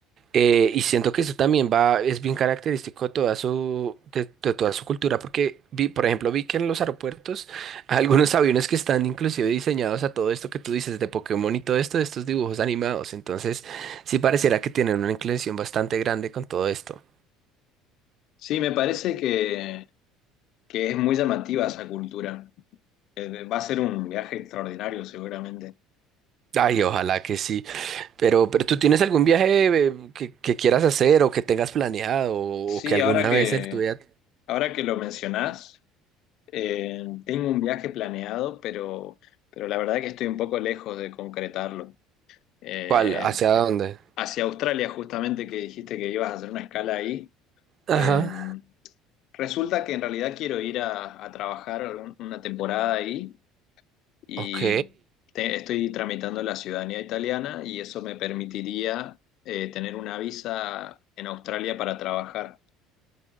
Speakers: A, on the right; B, on the left.
A: eh, y siento que eso también va, es bien característico de toda su, de, de toda su cultura, porque vi, por ejemplo, vi que en los aeropuertos <laughs> hay algunos aviones que están inclusive diseñados a todo esto que tú dices de Pokémon y todo esto, de estos dibujos animados. Entonces, sí pareciera que tienen una inclinación bastante grande con todo esto.
B: Sí, me parece que, que es muy llamativa esa cultura. Eh, va a ser un viaje extraordinario seguramente.
A: Ay, ojalá que sí. Pero, pero ¿tú tienes algún viaje eh, que, que quieras hacer o que tengas planeado o,
B: Sí,
A: que alguna
B: ahora que,
A: vez en tu vida...
B: ahora que lo mencionás, eh, tengo un viaje planeado, pero, pero la verdad que estoy un poco lejos de concretarlo. Eh,
A: ¿Cuál? ¿Hacia dónde?
B: hacia Australia, justamente que dijiste que ibas a hacer una escala ahí.
A: Ajá.
B: eh, resulta que en realidad quiero ir a, a trabajar algún- una temporada ahí y
A: Ok.
B: te- estoy tramitando la ciudadanía italiana y eso me permitiría eh, tener una visa en Australia para trabajar.